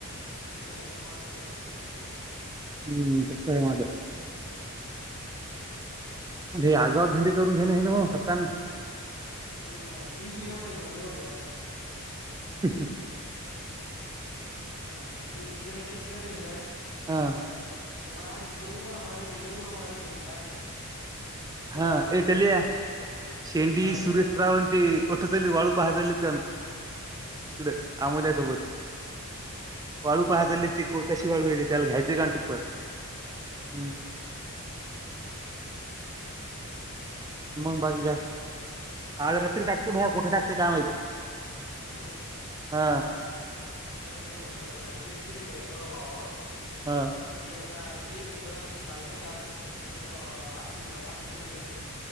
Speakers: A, on the left; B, on the right.
A: मी केस घेतो मागं द्या पैसं
B: हम्म तसय माझं लय आगाव भंदी करून घेणे हे न ओ हतान
A: तेच ना तेबी बेवड आहे पण एवढं आहे असं आहे
B: हं ह
A: आणि ते जेन केस करेलय का
B: हा
A: त्याला आम्ही एवढं मारेल एवढं मारेल भयान कोण
B: हा
A: माहितीय
B: एकल्या,
A: का ते
B: शेंडी,
A: शाळेमध्ये
B: सुरेशराव
A: आल होत
B: ते कोठस वाळू पाहा चाल इकडं आमोल्या सोबत वाळू पाहाय चालेत ते कोकाशीवाळू आहे, त्याला घ्यायचा एक टिप्पर हम् मग बाकी काय आज
A: ते
B: रात्री टाकतोय,
A: का ज्या
B: भैया कुठे टकतय काय माहित
A: हॅलो
B: हा
A: ते म्हणजे समजाच केस केली का दोघा भावावर
B: हा
A: ती एकदा पेल होतं आणि शाळेमध्ये आलं आम्ही आठ आठवी नवी काय तर